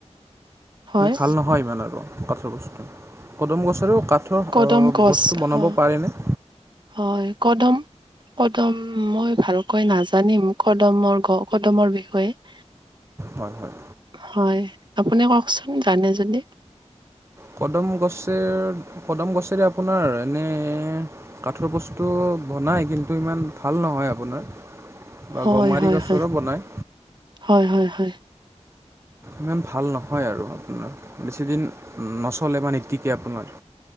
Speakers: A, on the right; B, on the right.
A: হয়
B: ভাল নহয় ইমান আৰু কাঠৰ বস্তু কদম গছৰ কাঠ
A: কদম গছ
B: বস্তু বনাব
A: হয়
B: পাৰেনে?
A: হয় কদম কদম মই ভালকৈ নাজানিম কদমৰ কদমৰ বিষয়ে
B: হয়। হয়
A: হয় আপুনি কওকচোন জানে যদি?
B: কদম গছে কদম গছেৰে আপোনাৰ এনে কাঠৰ বস্তু বনায় কিন্তু ইমান ভাল নহয় আপোনাৰ। বা
A: হয়
B: গমাৰি
A: হয়
B: গছৰো
A: হয়
B: বনায়
A: হয় হয় হয়।
B: ইমান ভাল নহয় আৰু আপোনাৰ বেছিদিন নচলে বা নিতিকে আপোনাৰ।